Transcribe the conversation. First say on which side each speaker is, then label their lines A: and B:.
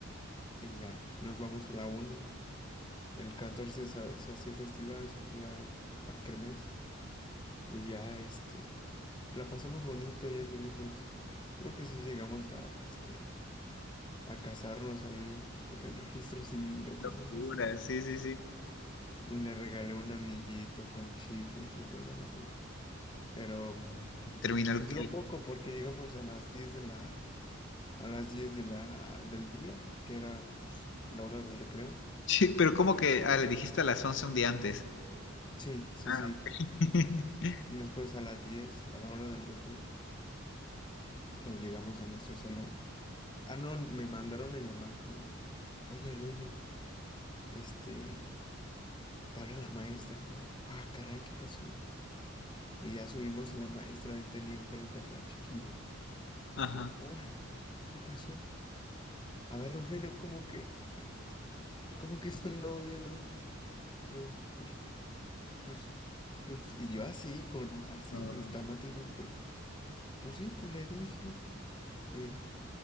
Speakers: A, on the left; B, on the left.
A: Y ya, nos vamos a la una. El 14 se, se hacía festival, se hacía a kermés. Y ya, este, la pasamos bonito, ya anduvimos. Creo que sí llegamos a, este, a casarnos ahí en el registro civil o
B: Locura,
A: cosas así.
B: sí, sí, sí.
A: Y le regalé un anillito con chicles y cosas así. Pero, mm,
B: Terminó el
A: pues duró poco porque llegamos a las 10 de la, a las 10 de la, del día, que era, pues, la hora del recreo.
B: Sí, pero como que, ah, le dijiste a las once un día antes.
A: Sí, sí,
B: Ah,
A: sí.
B: ok. <laughs>
A: Después a las 10 a la hora del recreo, que llegamos a nuestro salón. Ah, no, me mandaron a llamar. ¿no? Oye, Roger, este, te habla la maestra. Y yo, ah, caray, ¿qué pasó? Y ya subimos y la maestra tenía enfrente a la chiquilla.
B: Ajá.
A: Yo, ahora, ¿qué pasó? A ver, Rogelio, ¿cómo que, cómo que son novios? Yo, pues, pues, pues, y yo así, con así
B: ah,
A: mis tanotes bien, pues, pues sí, pues le dije. eh,